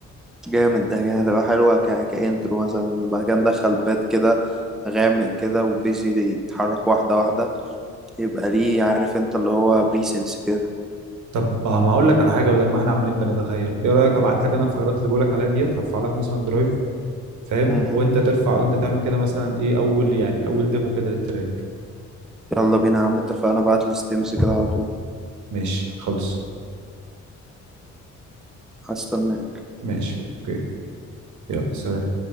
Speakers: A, in the centre; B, on the right.
A: جامد ده يعني هتبقى حلوه ك... كانترو مثلا بعد كده ندخل بات كده غامق كده وبيزي يتحرك واحده واحده يبقى ليه عارف انت اللي هو بريسنس كده
B: طب ما اقول لك على حاجه بدل ما احنا عمالين بنتخيل ايه رايك ابعت لك انا
A: مم.
B: الفايلات اللي بقول لك عليها ديت هرفع لك مثلا درايف فاهم
A: مم.
B: وانت ترفع وانت تعمل كده مثلا ايه اول يعني اول ديمو كده للتراك
A: يلا بينا يا عم اتفقنا بعت لي ستيمز كده على طول
B: ماشي خلاص
A: هستناك
B: ماشي اوكي يلا سلام